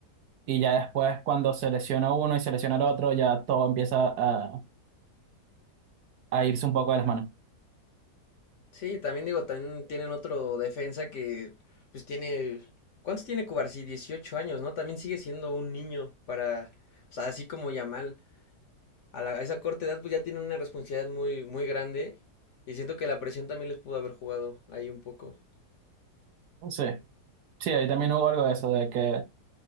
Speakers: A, on the right; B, on the left.
A: y ya después cuando se lesiona uno y se lesiona el otro, ya todo empieza a, a irse un poco de las manos.
B: Sí, también digo, también tienen otro defensa que pues tiene... ¿Cuántos tiene Cubarsí? dieciocho años, ¿no? También sigue siendo un niño para... O sea, así como Yamal. a, la- a esa corta edad pues ya tienen una responsabilidad muy, muy grande y siento que la presión también les pudo haber jugado ahí un poco.
A: Sí, sí, ahí también hubo algo de eso, de que